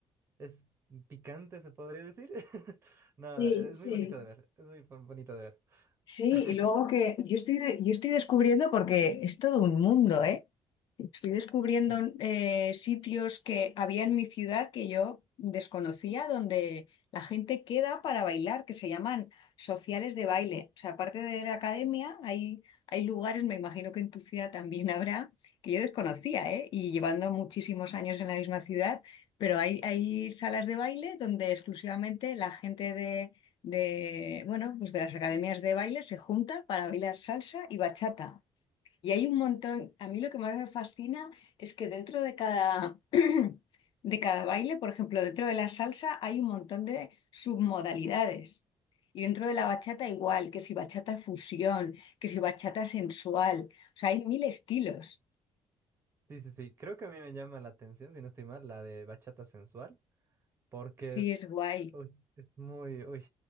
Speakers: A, on the right; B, on the left.
A: es picante, se podría decir. <laughs> No,
B: Sí,
A: es
B: sí.
A: muy bonito de ver, es muy bon- bonito de ver.
B: Sí,
A: <laughs>
B: y luego que yo estoy, de- yo estoy descubriendo, porque es todo un mundo, ¿eh? Estoy descubriendo
A: Sí,
B: eh, sitios que había en mi ciudad que yo desconocía, donde la gente queda para bailar, que se llaman sociales de baile. O sea, aparte de la academia, hay, hay lugares, me imagino que en tu ciudad también <laughs> habrá, que yo desconocía, ¿eh? Y llevando muchísimos años en la misma ciudad, pero hay, hay salas de baile donde exclusivamente la gente de, bueno, pues de las academias de baile se junta para bailar salsa y bachata. Y hay un montón, a mí lo que más me fascina es que dentro de cada, <clears throat> de cada baile, por ejemplo, dentro de la salsa hay un montón de submodalidades. Y dentro de la bachata igual, que si bachata fusión, que si bachata sensual. O sea, hay mil estilos.
A: sí, sí, sí. Creo que a mí me llama la atención, si no estoy mal, la de bachata sensual. porque
B: Sí,
A: es,
B: es guay.
A: uy, es muy, uy,